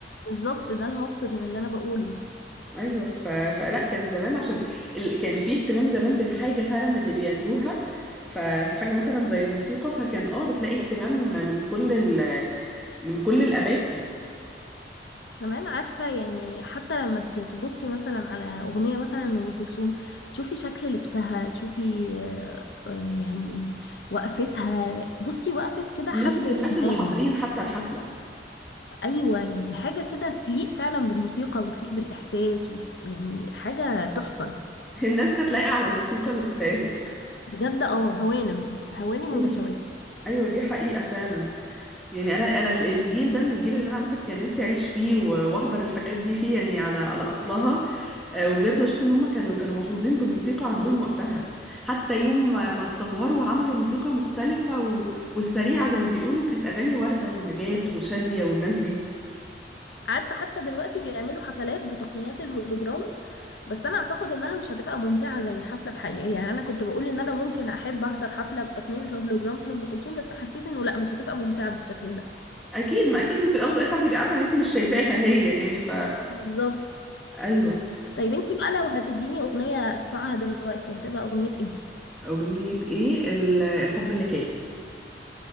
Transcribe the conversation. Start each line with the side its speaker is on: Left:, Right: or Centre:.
Left: بالظبط ده المقصد من اللي انا بقوله
Centre: ايوه ف... فلا كان زمان عشان ال... كان فيه اهتمام زمان بالحاجه فعلا اللي بيعملوها ف... فحاجه مثلا زي الموسيقى فكان اه بتلاقي اهتمام من كل ال... من كل الاماكن
Left: كمان عارفة يعني حتى لما ت- تبصي مثلا على أغنية مثلا لأم كلثوم تشوفي شكل لبسها تشوفي آه، آه، يعني وقفتها بصي وقفة كده
Centre: لبس
Left: حد
Centre: الناس
Left: فنان
Centre: اللي حاضرين حتى الحفله
Left: أيوة يعني حاجة كده تليق فعلا بالموسيقى وتليق بالإحساس وت... يعني حاجة تحفة
Centre: الناس كانت لايقه على الموسيقى اللي بتتعزف <laughs>
Left: بجد اه هوانم هوانم
Centre: ايوه
Left: وبشوات
Centre: ايوه دي حقيقه فعلا يعني انا انا الجيل ده من الجيل اللي انا عامه كان نفسي اعيش فيه و- واحضر الحاجات دي فيه يعني على على اصلها آه، وبجد بشوف ان هم كانوا كانوا محظوظين بالموسيقى عندهم وقتها حتى يوم ما ما اتطوروا وعملوا موسيقى مختلفه و... والسريعه زي ما بيقولوا كانت اغاني ورده ونجاة وشاديه والناس دي
Left: عارفة حتى دلوقتي بيعملوا حفلات بتقنيات الهولوجرام بس انا اعتقد انها مش هتبقى ممتعة زي الحفلة الحقيقية يعني انا كنت بقول ان انا ممكن احب احضر حفلة بتقنية الهولوجرام لأم كلثوم بس حسيت انه لا مش هتبقى ممتعة بالشكل ده
Centre: اكيد ما اكيد إن في الاول والاخر تبقي عارفه ان انت مش شايفاها هي يعني ف
Left: بالظبط
Centre: ايوه
Left: طيب انتي بقى لو هتديني اغنية اسمعها دلوقتي هتبقى اغنية ايه
Centre: اغنيه ايه ال- الحب اللي كان